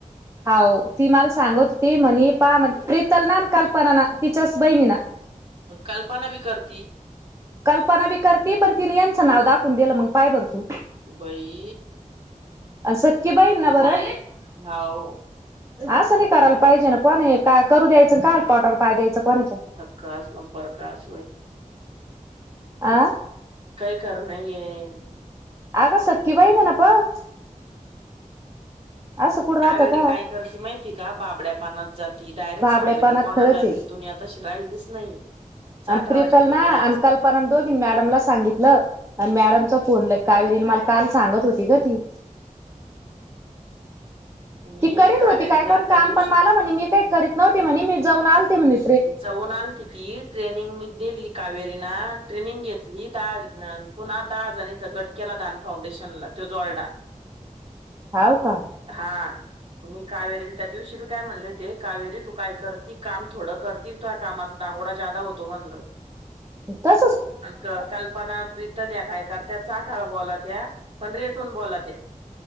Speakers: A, on the right; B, on the right.
A: हो ती मला सांगत होती म्हणे पा म्हणज प्रितल ना कल्पना ना तिच्याच बहिणी न.
B: कल्पना बी करती.
A: कल्पना बी करती पण तिने यांचं नाव दाखवून दिलं मग पाय भरतू.
B: बई.
A: सख्खी बहीण ना बरं
B: हाव
A: असं नाही करायला पाहिजे ना. कोण काय करू द्यायचं का पोटावर पाय द्यायचं कोणाच्या.
B: कास नंपर का अस.
A: हा का
B: काही खरं नाहीय.
A: आग सखी बहिण आहे ना पण. असं कुठं राहतं
B: कावेरी
A: का
B: काय करते माहिती का बाबड्या पानात जात. ती डायरेक्ट
A: भाबड्यापणात
B: सांगत ती कोणाला
A: खरंच
B: भी दुनिया तशी राहिलीच नाही. चाटाळाची
A: अन प्रीतल
B: दुनिया
A: ना
B: आहे आजकाल
A: अन कल्पना दोघी. मॅडमला सांगितलं आणि मॅडमचा फोनला कावेरी मला काल सांगत होती ग ती.
B: मी
A: ती करीत
B: कावेरीला
A: होती काय करून
B: त्या
A: काम
B: दिवशी
A: पण मला म्हणे मी काही करीत नव्हते म्हणे मी जाऊन आलते म्हणेत.
B: जाऊनच ति ती ट्रेनिंग गेली कावेरीना ट्रेनिंग घेतली दहा दि पुन्हा दहा जणीचा गट केला दान फाउंडेशनला ज्यो जोडला.
A: हव का.
B: हा मी कावेरी त्या दिवशी बी काय म्हणले ते कावेरी तू काय करती काम थोडं करतील कामाचा दांगोडा ज्यादा होतो म्हणंल.
A: तर.
B: अ कल्पना प्रितल या काय करत्या चाटा आठाळा बोलात्या पण रेटून बोलात्या.